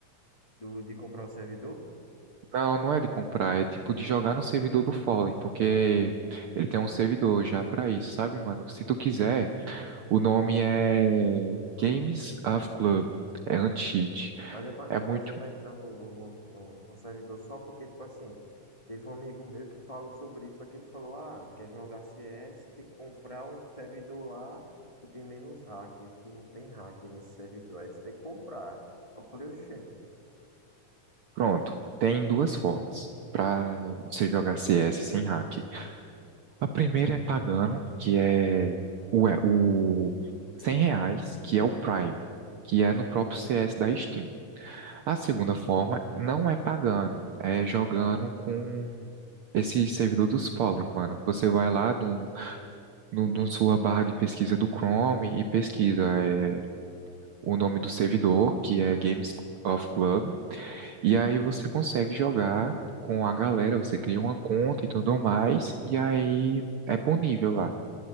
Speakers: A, on the left; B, on the right.
A: Do, de comprar o servidor?
B: Não, não é de comprar, é tipo de jogar no servidor do Fallen, porque ele tem um servidor já pra isso, sabe, mano? Se tu quiser, o nome é Games of Club, é anti-cheat.
A: Mas é pra,
B: É
A: mas
B: muito
A: é pra entrar no, no, no, no- no servidor só porque, tipo assim, teve um amigo meu que falou sobre isso, só que ele falou, ah, quer jogar CS, tem que comprar um servidor lá que tem menos hacker, que não tem hacker nesse servidor, aí você tem que comprar. Eu falei, oxente,
B: pronto. Tem duas formas pra você jogar CS sem hack. A primeira é pagando, que é o, é o 100 reais, que é o Prime, que é no próprio CS da Steam. A segunda forma não é pagando, é jogando com esse servidor dos Fallen, mano. Você vai lá no, no, no sua barra de pesquisa do Chrome e pesquisa é, o nome do servidor, que é Games of Club, e aí você consegue jogar com a galera, você cria uma conta e tudo mais, e aí é ponível lá.